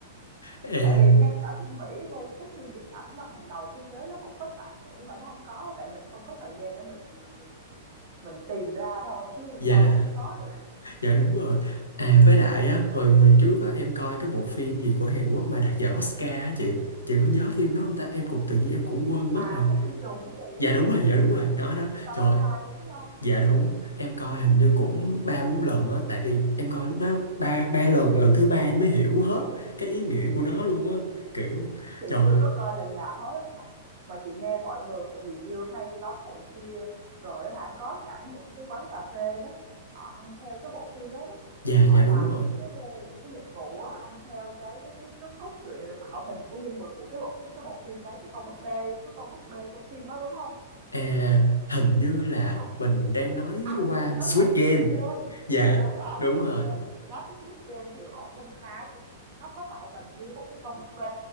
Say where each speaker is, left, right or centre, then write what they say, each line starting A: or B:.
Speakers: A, on the left; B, on the right.
A: à,
B: tại vì ngay cả phim Mỹ ngay cả các phim điện ảnh mà hàng đầu thế giới nó cũng có sạn vậy nhưng mà nó không có tại mình không có thời gian để mình mình mình mình mình tìm ra thôi chứ
A: dạ
B: sao mà không có được
A: dạ đúng rồi à với lại á hồi hồi trước á em coi cái bộ phim gì của Hàn Quốc mà đạt giải Oscar á chị chị có nhớ phim đó không ta em cũng tự nhiên em cũng quên mất
B: à
A: rồi
B: ký sinh trùng cái gì
A: dạ đúng rồi dạ đúng rồi đó đó
B: Parasite
A: trời
B: đúng không
A: Dạ đúng,
B: ừ
A: em coi hình
B: ừ
A: như cũng ba bốn lần á, tại vì em coi lúc đó ba ba lần, lần thứ ba em mới hiểu hết cái ý nghĩa của nó luôn á. Kiểu
B: Chị
A: trời,
B: chưa
A: ơi,
B: có coi lần nào hết á Thành, mà chị nghe mọi người review hay lắm này kia, rồi hả có cả những cái quán cà phê đó, họ ăn theo cái bộ phim ấy đó.
A: dạ
B: Họ
A: dạ
B: làm
A: đúng rồi.
B: những cái những cái dịch vụ á, ăn theo cái cái cái cái cốt truyện rồi tạo hình của nhân vật của cái bộ cái, cái bộ phim đấy, cái con búp bê, cái con búp bê trong phim á đúng không?
A: À hình như là
B: Cái con
A: mình đang nói
B: à,
A: qua
B: như chị nói
A: Squid
B: lộn Squid
A: Game.
B: Game.
A: Dạ,
B: Đúng rồi,
A: đúng
B: Squid
A: rồi.
B: Game. Nói tới Squid Game thì ở bên Thái á, nó có tạo hình nguyên một cái con búp bê